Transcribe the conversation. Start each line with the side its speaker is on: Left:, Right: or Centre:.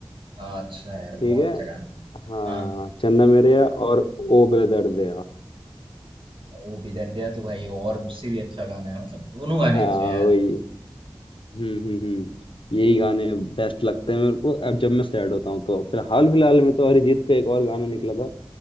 Right: अच्छा है यार,
Left: ठीक
Right: बहुत
Left: है
Right: अच्छा गाना है।
Left: हाँ
Right: हाँ।
Left: चन्ना मेरेया और ओ बेदर्द दया
Right: वो भी दर्द दिया तो भाई और उससे भी अच्छा गाना है मतलब दोनों गाने
Left: हाँ
Right: अच्छे हैं यार।
Left: वही हम्म हम्म हम्म यही गाने बेस्ट लगते हैं मेरे को अब जब मैं सैड होता हूँ तो फिलहाल फिलहाल में तो अरिजीत का एक और गाना निकला था